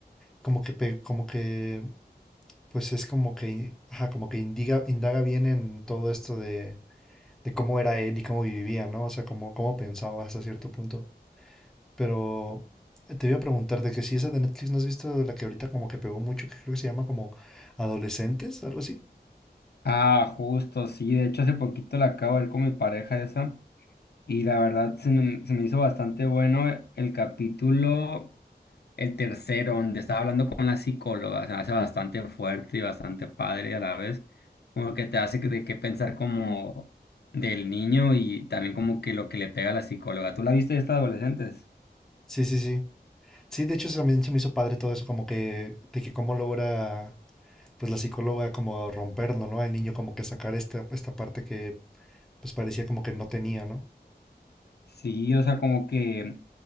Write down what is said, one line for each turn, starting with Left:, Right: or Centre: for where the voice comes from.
Centre: como que, pe- como que pues es como que, in- ajá, como que indiga- indaga bien en todo esto de, de cómo era él y cómo vivía, ¿no? O sea, cómo, cómo pensaba hasta cierto punto. Pero eh, te iba a preguntar de que si esa de Netflix no has visto la que ahorita como que pegó mucho, que creo que se llama como Adolescentes, algo así.
Left: Ah, justo, sí. De hecho, hace poquito la acabo de ver con mi pareja esa. Y la verdad se me, se me hizo bastante bueno el capítulo. El tercero, donde estaba hablando con la psicóloga, se me hace bastante fuerte y bastante padre a la vez, como que te hace que- de qué pensar como del niño y también como que lo que le pega a la psicóloga. ¿Tú la viste de estas adolescentes?
Centre: Sí, sí, sí. Sí, de hecho eso también se me hizo padre todo eso, como que, de que cómo logra, pues la psicóloga como romperlo, ¿no? El niño como que sacar esta, esta parte que pues parecía como que no tenía, ¿no?
Left: Sí, o sea, como que